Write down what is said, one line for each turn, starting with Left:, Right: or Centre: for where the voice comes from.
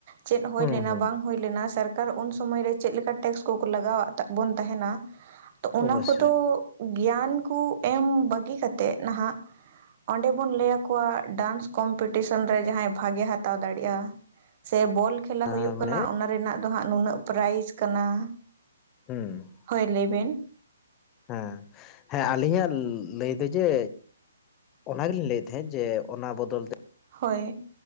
Right: ᱪᱮᱫ ᱦᱩᱭ
Left: ᱦᱩᱸ
Right: ᱞᱮᱱᱟ
Left: ᱦᱩᱸ
Right: ᱵᱟᱝ ᱦᱩᱭ ᱞᱮᱱᱟ, ᱥᱚᱨᱠᱟᱨ ᱩᱱ ᱥᱚᱢᱚᱭ ᱨᱮ ᱪᱮᱫ ᱞᱮᱠᱟ ᱴᱮᱠᱥ ᱠᱚᱠᱚ ᱞᱟᱜᱟᱣᱟᱜ ᱵᱚᱱ ᱛᱟᱦᱮᱱᱟ ᱾ ᱛᱚ, ᱚᱱᱟ
Left: ᱚᱵᱚᱥᱥᱳᱭ
Right: ᱠᱚᱫᱚ ᱜᱮᱭᱟᱱ ᱠᱚ ᱮᱢ ᱵᱟᱹᱜᱤ ᱠᱟᱛᱮᱜ ᱱᱟᱦᱟᱜ ᱚᱸᱰᱮ ᱵᱚᱱ ᱞᱟᱹᱭ ᱟᱠᱚᱣᱟ ᱰᱟᱱᱥ ᱠᱚᱢᱯᱤᱴᱤᱥᱮᱱ ᱨᱮ ᱡᱟᱦᱟᱸᱭ ᱵᱷᱟᱜᱮ ᱦᱟᱛᱟᱣ ᱫᱟᱲᱮᱭᱟᱜᱼᱟ ᱾ ᱥᱮ ᱵᱚᱞ ᱠᱷᱮᱞᱟ ᱦᱳᱭᱳᱜ
Left: ᱢᱟᱱᱮ
Right: ᱠᱟᱱᱟ ᱚᱱᱟ ᱨᱮᱱᱟᱜ ᱫᱚ ᱦᱟᱸᱜ ᱱᱩᱱᱟᱹᱜ ᱯᱨᱟᱭᱤᱡᱽ ᱠᱟᱱᱟ ᱾
Left: ᱦᱩᱸᱻ ᱾
Right: ᱦᱳᱭ, ᱞᱟᱹᱭᱵᱮᱱ?
Left: ᱦᱮᱸ, ᱥᱮᱸ ᱦᱮᱸ ᱟᱹᱞᱤᱧᱟᱜ ᱞᱟᱹᱭ ᱫᱚ ᱡᱮ ᱚᱱᱟᱜᱞᱤᱧ ᱞᱟᱹᱭᱮᱫ ᱛᱟᱦᱮᱸᱫ ᱡᱮ ᱚᱱᱟ ᱵᱚᱫᱚᱞ ᱛᱮ
Right: ᱦᱳᱭ ᱾